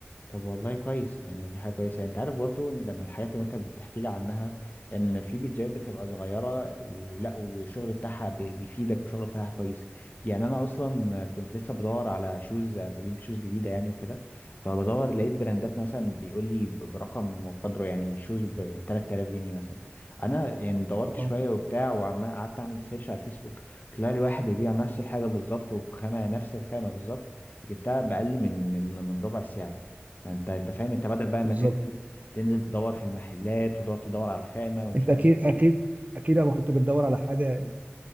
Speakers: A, on the left (about 45°); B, on the right (about 40°).
A: طب والله كويس يعني دي حاجة كويسة انت عارف برضو ده من الحاجات اللي انت بتحكي لي عنها ان في بيتزايات بتبقى صغيرة ولا والشغل بتاعها بي- بيفيدك والشغل بتاعها كويس يعني انا اصلا كنت لسه بدور على شوز بجيب شوز جديدة يعني وكده فبدور لقيت براندات مثلا بيقول لي ب- برقم وقدره يعني شوز ب 3000 جنيه مثلا انا يعني دورت
B: اه
A: شوية وبتاع وقعدت اعمل سيرش على الفيسبوك طلع لي واحد بيبيع نفس الحاجة بالظبط وبخامة نفس الخامة بالظبط جبتها بأقل من من من ربع السعر فانت انت فاهم انت بدل بقى
B: بالظبط
A: ما تن- تنزل تدور في المحلات وتقعد تدور على الخامة ومش
B: انت
A: عارف
B: اكيد اكيد
A: ايه
B: اكيد يا ابو كنت بتدور على حاجه